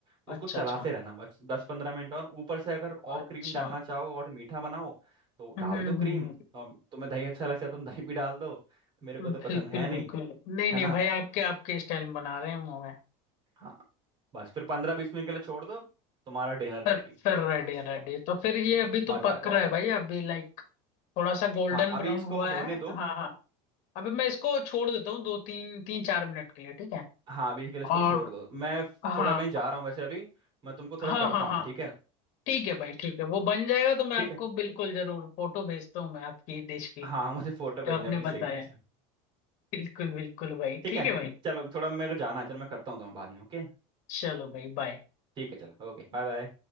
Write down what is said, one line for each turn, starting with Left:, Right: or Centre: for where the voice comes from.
Right: तो
Left: अच्छा
Right: उसको चलाते
Left: अच्छा
Right: रहना बस दस पंद्रह मिनट और ऊपर से अगर और
Left: अच्छा
Right: क्रीम डालना चाहो और मीठा बनाओ तो
Left: हम्म
Right: डाल
Left: हम्म
Right: दो क्रीम
Left: हम्म, हम्म,
Right: और तुम्हें दही अच्छा लगता है तो तुम दही भी डाल दो मेरे
Left: हम्म,
Right: को तो पसंद
Left: बिल्कुल
Right: है नहीं
Left: बिल्कुल नहीं
Right: है
Left: नहीं
Right: ना
Left: भाई आपके आपके स्टाइल में बना रहे हैं मुंह में
Right: हाँ बस फिर पंद्रह बीस मिनट के लिए छोड़ दो तुम्हारा डिनर रेडी
Left: फिर फिर रेडी
Right: बस
Left: रेडी तो फिर ये
Right: हाँ
Left: अभी तो
Right: मजा
Left: पक
Right: आ जाएगा
Left: रहा है भाई अभी लाइक थोड़ा सा गोल्डन
Right: हाँ अभी
Left: ब्राउन
Right: इसको
Left: हुआ
Right: होने
Left: है
Right: दो
Left: हाँ हाँ अभी मैं इसको छोड़ देता हूँ दो तीन तीन चार मिनट के लिए ठीक है
Right: हाँ अभी के लिए इसको
Left: और
Right: छोड़ दो मैं
Left: हाँ
Right: थोड़ा कहीं जा रहा हूँ वैसे अभी मैं तुमको थोड़ा
Left: हाँ
Right: करता
Left: हाँ
Right: हूँ
Left: हाँ
Right: ठीक है
Left: ठीक है भाई ठीक है वो बन जाएगा तो मैं
Right: ठीक
Left: आपको
Right: है
Left: बिल्कुल जरूर फोटो भेजता हूँ मैं आपकी डिश की
Right: हाँ हाँ, मुझे फोटो
Left: जो
Right: भेजना
Left: आपने
Right: प्लीज
Left: बताया
Right: एक बार
Left: बिल्कुल बिल्कुल भाई
Right: ठीक
Left: ठीक
Right: है
Left: है भाई
Right: चलो थोड़ा मेरे को जाना है चलो मैं करता हूँ तुम्हें बाद में ओके
Left: चलो भाई बाय
Right: ठीक है चलो ओके बाय बाय